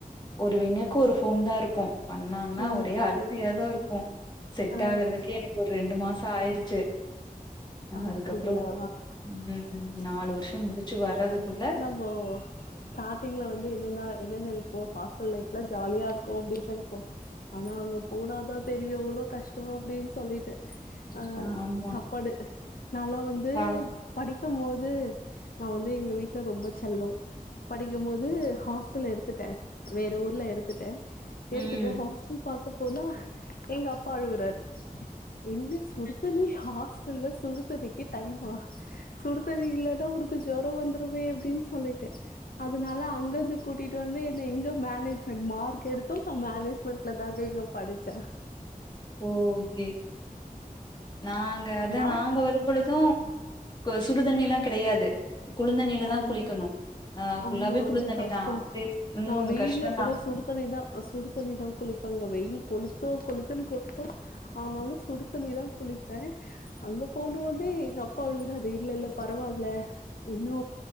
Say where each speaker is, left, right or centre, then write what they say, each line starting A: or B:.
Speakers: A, on the left (about 30°); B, on the left (about 75°).
A: ஒரு விங்குக்கு ஒரு போன் தா இருக்கு பண்ணாங்ன்னா
B: ம்
A: ஒரே அழுகியாதா இருக்கு செட்
B: ஆ
A: ஆகுறதுக்கே எனக்கு ஒரு ரெண்டு மாசம் ஆயிருச்சு
B: அப்டிங்ளா
A: அதுக்கப்புறோ ம் நாலு வருஷ முடிச்சு வரதுக்குள்ள
B: ஓ ஸ்டார்டிங்ல வந்து என்னன்னா என்னன்ன நெப்போ ஹாஸ்டல் லைஃப்லா ஜாலியா இருக்கு அப்படின்னு நெப்போ ஆனா அங்க போனாதா தெரியு எவ்ளோ கஷ்டோ அப்டின் சொல்லிட்டு ஆ
A: ஆமா
B: சாப்பாடு நாலா வந்து
A: சா
B: படி க்கும் போது நா வந்து எங்க வீட்ல ரொம்ப செல்லோ படிக்கும் போது ஹாஸ்டல்ல எடுத்துட்ட வேற ஊர்ல எடுத்துட்ட
A: ம்
B: எடுத்துட்டு ஹாஸ்டல் பாக்க போனா எங்க அப்பா அழுவுறாரு என்ன சுடுதண்ணி ஹாஸ்டல்ல சுடுதண்ணிக்கி டைமா சுடுதண்ணி இல்லன்னா உனக்கு ஜொரோ வந்துருமே அப்டின்னு சொல்லிட்டு அதனால அங்கந்து கூட்டிட்டு வந்து என்ன இங்க மேனேஜ்மென்ட் மார்க் எடுத்து நா மேனேஜ்மெண்ட்ல தாங்க இங்க படிச்ச
A: ஓகே நாங்க அதா
B: மார்க்
A: நாங்க வரும்பொழுது சுடுதண்ணி எல்லா கிடையாது குளுந்தண்ணியில
B: ஆ
A: தா குளிக்கணு ஆ ஃபுல்லாவே
B: ஆமா
A: குளுந்தண்ணி
B: அது கஷ்டோ
A: தா அப்டே ம்
B: நா வெயில
A: கஷ்டந்தா
B: கூட சுடு தண்ணி தா அ சுடு தண்ணிதா குளிப்பாங்க வெயில் கொளுத்தோ கொளுத்துன்னு கொளுத்து ஆனாலு சுடு தண்ணிதா குளிப்ப அங்க போன உடனே எங்க அப்பா அழுக்குறாரு இல்ல இல்ல பரவாயில்ல இன்னு